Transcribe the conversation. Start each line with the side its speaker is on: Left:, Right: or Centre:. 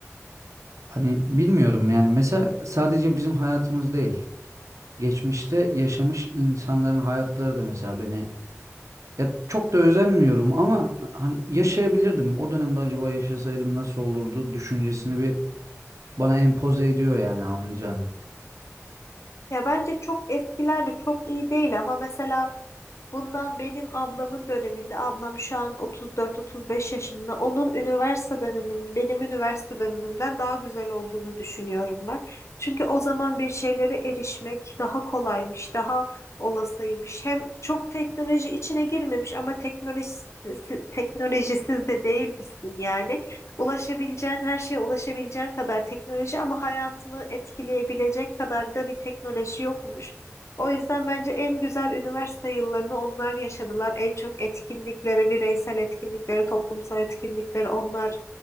Right: Hani bilmiyorum yani mesela sadece bizim hayatımız değil geçmişte yaşamış insanların hayatları da mesela beni ya çok da özenmiyorum ama hani yaşayabilirdim o dönemde acaba yaşasaydım nasıl olurdu düşüncesini bir bana empoze ediyor yani anlayacağın.
Left: Ya bence çok eskiler de çok iyi değil ama mesela Bundan benim ablamın döneminde, ablam şu an 34-35 yaşında. Onun üniversite döneminin, benim üniversite dönemimden daha güzel olduğunu düşünüyorum ben. Çünkü o zaman bir şeylere erişmek daha kolaymış, daha olasıymış. Hem çok teknoloji içine girmemiş ama teknoloji, teknolojisiz de değilmişsin yani. Ulaşabileceğin her şeye ulaşabileceğin kadar teknoloji ama hayatını etkileyebilecek kadar da bir teknoloji yokmuş. O yüzden bence en güzel üniversite yıllarını onlar yaşadılar. En çok etkinliklere, bireysel etkinliklere, toplumsal etkinliklere onlar